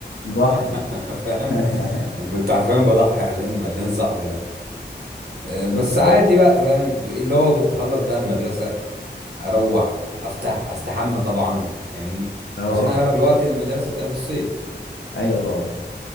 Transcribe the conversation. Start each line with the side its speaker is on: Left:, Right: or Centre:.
Left: مضحي
Right: <laughs> فاهم
Left: <laughs>
Right: كنت حرفيا بضحي عشان عشان صاحبي ده أه، بس
Left: انت
Right: عادي بقى فاهم اللي هو كنت اخلص بقى المدرسه اروح افتح استحمى طبعا فاهمني
Left: اه
Right: عشان اغلب الوقت المدرسه بتبقى في الصيف
Left: ايوه طبعا